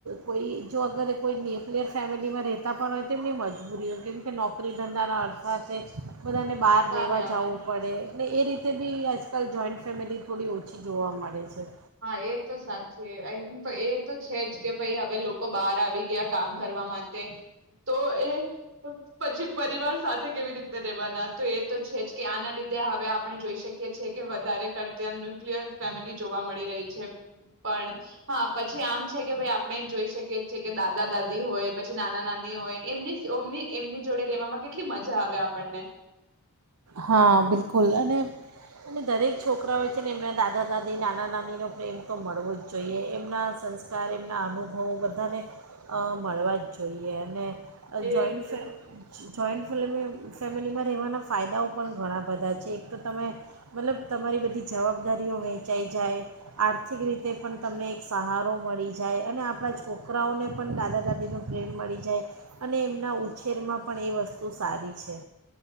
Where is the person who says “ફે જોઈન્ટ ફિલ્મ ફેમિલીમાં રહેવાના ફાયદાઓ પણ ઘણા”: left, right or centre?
Right